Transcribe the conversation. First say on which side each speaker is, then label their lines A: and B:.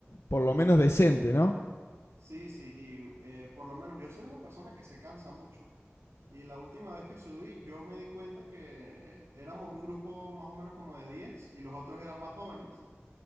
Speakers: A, on the left; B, on the right.
A: por lo menos decente, ¿no?
B: sí, sí, y eh, por lo menos yo soy una persona que se cansa mucho. Y la última vez que subí, yo me di cuenta que éramos un grupo más o menos como de 10 y los otros eran más jóvenes.